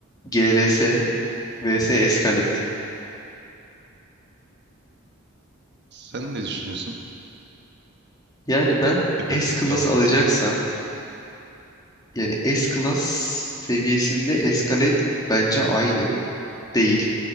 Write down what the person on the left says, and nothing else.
GLS vs Escalade.
Yani ben
S-Class
alacaksam
yani S-Class seviyesinde Escalade bence aynı değil.